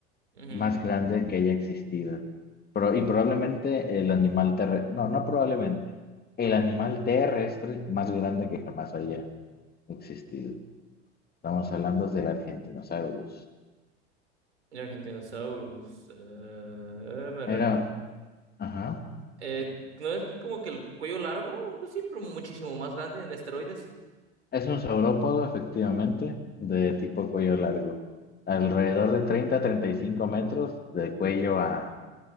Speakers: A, on the right (about 90°); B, on the left (about 30°).
A: Ujú.
B: más grande que haya existido. Pero, y probablemente el animal terrestre, no, no probablemente, el animal terrestre más grande que jamás haya existido. Estamos hablando del Argentinosaurus.
A: El Argentinosaurus. Eh, me recu-
B: Era, ajá,
A: Eh, no es como que el cuello largo o algo así, pero muchísimo más grande en esteroides.
B: es un saurópodo, efectivamente, de tipo cuello largo. Alrededor de 30 a 35 metros de cuello a